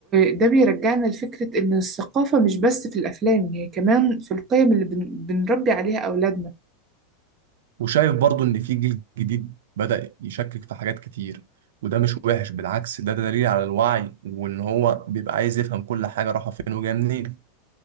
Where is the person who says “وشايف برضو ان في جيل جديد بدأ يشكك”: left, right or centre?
Right